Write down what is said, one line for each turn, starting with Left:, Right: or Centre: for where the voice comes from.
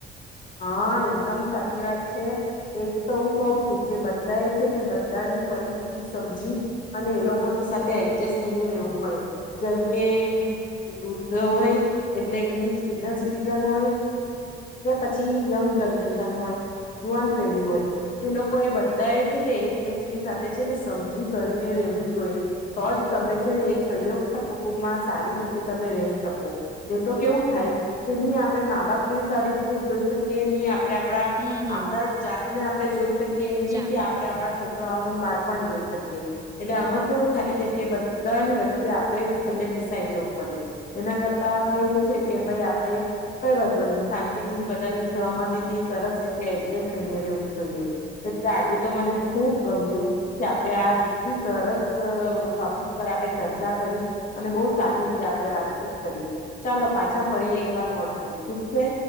Left: હા એકદમ સાચી વાત છે, એજ તો હું કઉ છું કે બધા એ છે ને બધાની પરિસ્થિતિ સમજી, અને એ લોકોની સાથે એડજસ્ટ થઈને રેવું પડે, જેમ કે વૃદ્ધ હોય એટલે મી સિનિયર સિટીઝન હોય, કે પછી યંગ જનરેશન હોય, જુવાન પેઢી હોય, એ લોકો એ બધા એ છે ને એકમેકની સાથે છે ને સમજી કરીને રહેેવું જોઈએ, તો જ તમે છે ને એક સંયુક્ત કુટુંબમાં સારી રીતે તમે રહી શકો, એ તો કેવું થાય, કેની આપણે મા બાપ ને સારી જોઈ શકી નહી આપ આપણે આપણા,
Right: હમ
Left: આપણા
Right: હમ
Left: જાત ને આપણે જોઈ શકીએ. કે નહી
Right: ચાલો
Left: કે આપડે આપણા છોકરા નું બાળ પણ જોઈ શકીએ, એટલે આમાં કેવું થાય છે કે બધાની વચ્ચે આપડણે છેલ્લે પીસાઈ જવું પડે, એના કરતા એવું છે કે ભાઈ આપડે, કઈ વાંધો નહી શાંતિ થી બધાની સહમતી થી સરસ રીતે એડજસ્ટ થઈને રહેવું જોઈએ, એટલે આજે તો મને ખુબ ગમ્યું, કે આપડણે આ કેટલી સરસ ટોપિક પર આપણે ચર્ચા કરી, અને બહુ સારી રીતે આપણે વાતચીત કરી, ચાલો પાછા ફરી એક વાર મળશું ઠીક છે.